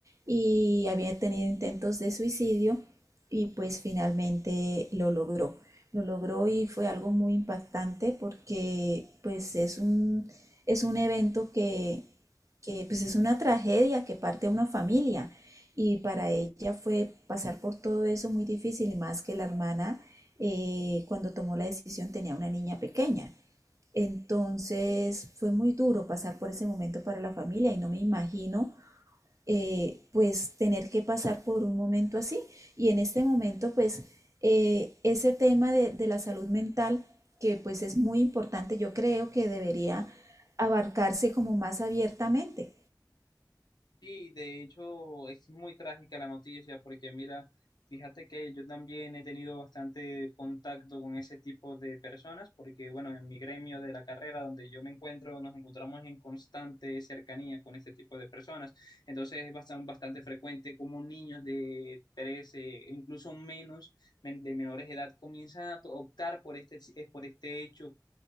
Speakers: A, on the right; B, on the left.
A: y había tenido intentos de suicidio y pues finalmente lo logró. Lo logró y fue algo muy impactante porque pues es un, es un evento que que pues es una tragedia que parte a una familia y para ella fue pasar por todo eso muy difícil y más que la hermana eh, cuando tomó la decisión tenía una niña pequeña. Entonces fue muy duro pasar por ese momento para la familia y no me imagino eh, pues tener que pasar por un momento así. Y en este momento, pues eh, ese tema de, de, la salud mental, que pues es muy importante, yo creo que debería abarcarse como más abiertamente.
B: Sí, de hecho es muy trágica la noticia porque mira, fíjate que yo también he tenido bastante contacto con ese tipo de personas porque bueno, en mi gremio de la carrera donde yo me encuentro nos encontramos en constante cercanía con este tipo de personas. Entonces es bastante, bastante frecuente como niños de 13 incluso menos, men- de menores de edad comienzan a to- optar por este, eh, por este hecho